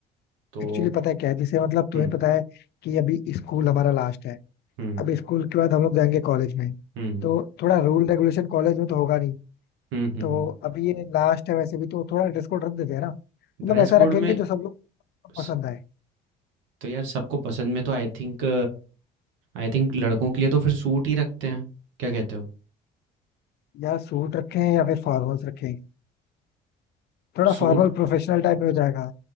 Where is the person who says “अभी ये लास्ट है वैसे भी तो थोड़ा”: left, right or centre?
Left